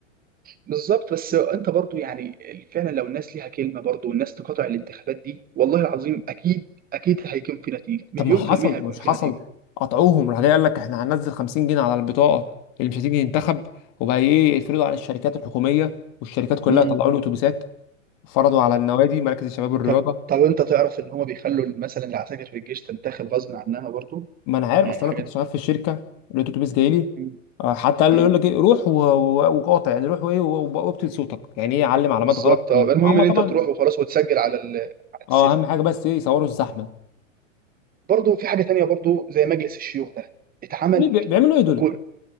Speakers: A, on the right; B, on the left.
A: بالظبط بس انت برضه يعني فعلا لو الناس ليها كلمه برضه والناس تقاطع الانتخابات دي والله العظيم اكيد اكيد هيكون في نتيجه مليون
B: طب ما حصل
A: في الميه هيكون
B: مش
A: في
B: حصل
A: نتيجه
B: قطعوهم راح جاي قال لك احنا هننزل 50 جنيه على البطاقه اللي مش هتيجي ينتخب وبقى ايه يفرضوا على الشركات الحكوميه والشركات كلها
A: امم
B: طلعوا له اتوبيسات فرضوا على النوادي مراكز الشباب والرياضه
A: طب طب انت تعرف ان هم بيخلوا مثلا العساكر في الجيش تنتخب غصب عنها برضه
B: ما انا عارف
A: يعني
B: اصل
A: حاجه
B: انا كنت شغال في الشركه لقيت اتوبيس جاي لي
A: مم.
B: آه، حتى قال
A: مم.
B: له يقول لك ايه روح و- و- وقاطع يعني روح وايه و- وابتل صوتك يعني ايه علم علامات
A: بالظبط
B: غلط كتير
A: اه المهم
B: هم
A: ان
B: طبعا
A: انت تروح وخلاص وتسجل على ال... على
B: اه
A: السيستم
B: اهم حاجه بس ايه يصوروا الزحمه
A: برضه في حاجه تانية برضه زي مجلس الشيوخ ده اتعمل
B: مين بي- بيعملوا ايه دول؟
A: وكل